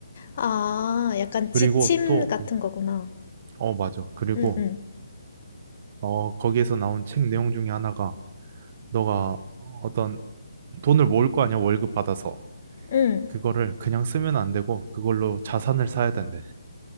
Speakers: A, on the left; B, on the right.
A: 아, 약간
B: 그리고
A: 지침
B: 또,
A: 같은 거구나.
B: 어, 맞아. 그리고,
A: 응, 응,
B: 어, 거기에서 나온 책 내용 중에 하나가, 너가 어떤 돈을 모을 거 아니야, 월급 받아서.
A: 응.
B: 그거를 그냥 쓰면 안 되고, 그걸로 자산을 사야 된대.